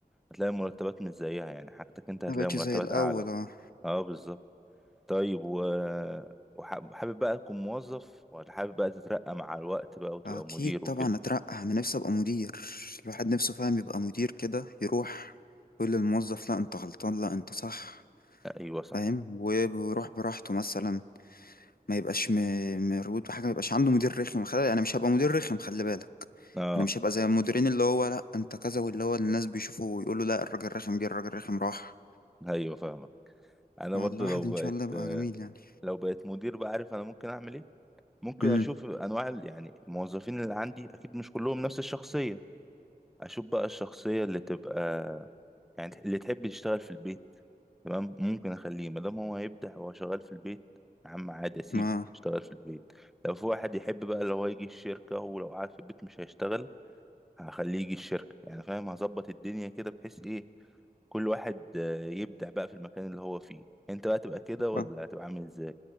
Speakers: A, in the centre; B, on the left.
A: هتلاقي المرتبات مش زيها يعني حاجتك انت هتلاقي
B: ما بقتش
A: مرتبات
B: زي الاول
A: اعلى
B: اه
A: اه بالظبط طيب و وحابب بقى تكون موظف ولا حابب بقى تترقى مع الوقت بقى وتبقى
B: اكيد
A: مدير
B: طبعا
A: وكده
B: اترقى انا نفسي ابقى مدير الواحد نفسه فاهم يبقى مدير كده يروح يقول للموظف لا انت غلطان لا انت صح
A: ايوه صح
B: فاهم ويروح براحته مثلا ما يبقاش م- مربوط بحاجه ما يبقاش عنده مدير رخم خلي انا مش هبقى مدير رخم خلي بالك
A: اه
B: انا مش هبقى زي المديرين اللي هو لا انت كذا واللي هو الناس بيشوفوا ويقولوا لا الراجل رخم جه الراجل رخم راح
A: ايوه فاهمك انا
B: فالواحد
A: برضو لو
B: ان
A: بقيت
B: شاء الله يبقى جميل يعني
A: لو بقيت مدير بقى عارف انا ممكن اعمل ايه ممكن
B: امم
A: اشوف انواع ال- يعني الموظفين اللي عندي اكيد مش كلهم نفس الشخصية اشوف بقى الشخصية اللي تبقى يعني اللي تحب يشتغل في البيت تمام ممكن اخليه ما دام هو هيبدع وهو شغال في البيت يا عم عادي اسيبه
B: ما
A: يشتغل في البيت لو في واحد يحب بقى اللي هو يجي الشركة ولو قاعد في البيت مش هيشتغل هخليه يجي الشركة يعني فاهم هظبط الدنيا كده بحيث ايه كل واحد آه، يبدع بقى في المكان اللي هو فيه انت بقى تبقى كده ولا
B: آه.
A: هتبقى عامل ازاي